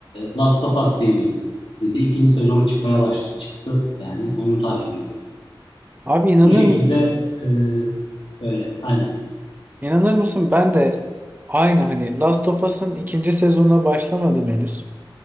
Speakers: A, on the left; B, on the right.
A: Last of Us diye bir dizi. İkinci sezonu çıkmaya baş çıktı yani onu takip ediyorum.
B: Abi inanır
A: Bu şekilde
B: mı?
A: e, şöyle aynen.
B: İnanır mısın? Ben de aynı hani Last of Us'ın ikinci sezonuna başlamadım henüz.